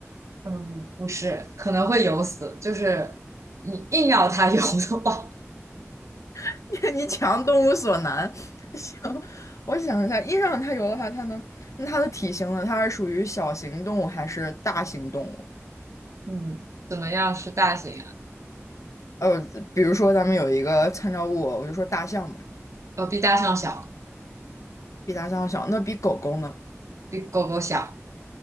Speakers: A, on the right (about 70°); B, on the left (about 80°).
A: 嗯，不是，可能会游死，就是你硬要它游的话，
B: <laughs> 你强动物所难，<laughs> 行，我想一下，印上它有的话，它能，那它的体型呢？它是属于小型动物还是大型动物？
A: <laughs> 嗯，怎么样是大型啊？
B: 呃，比如说咱们有一个参照物，我就说大象吧，
A: 呃，比大象小，
B: 比大象要小，那比狗狗呢？
A: 比狗狗小，